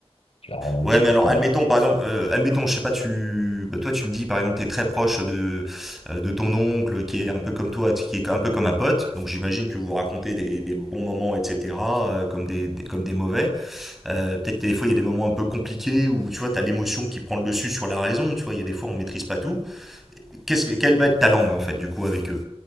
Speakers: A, on the left; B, in the centre.
A: Tu vois, on
B: Ouais,
A: discute
B: mais alors admettons par exemple, euh, admettons, je sais pas, tu, bah, toi tu me dis par exemple, t'es très proche de, euh, de ton oncle qui est un peu comme toi, qui est un peu comme un pote, donc j'imagine que vous vous racontez des, des bons moments, etc., euh, comme des, des- comme des mauvais. Euh, peut-être que des fois il y a des moments un peu compliqués où tu vois, t'as l'émotion qui prend le dessus sur la raison, tu vois, il y a des fois on maîtrise pas tout. Qu'est-ce que- quelle va être ta langue en fait du coup avec eux